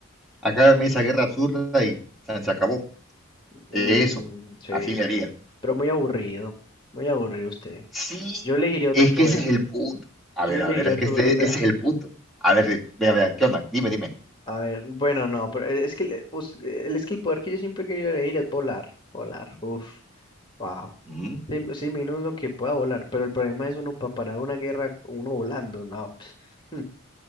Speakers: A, in the centre; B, on the left.
A: acábame esa guerra absurda y se acabó.
B: mm,
A: Eso,
B: sí,
A: así le haría.
B: pero muy aburrido, muy aburrido usted.
A: Sí,
B: Yo elegiría otro
A: es
B: poder,
A: que ese es el punto. A
B: yo
A: ver,
B: elegiría
A: a ver, es
B: otro
A: que este-
B: poder,
A: ese es el punto. A ver, vea, vea, ¿qué onda? Dime, dime.
B: A ver, bueno, no, pero es que, le- us- el- es que el poder que yo siempre he querido elegir es volar, volar, uff, wow.
A: Mm,
B: Sí, sí, menos lo que pueda volar, pero el problema es uno para parar una guerra, uno volando, no, pues, mm,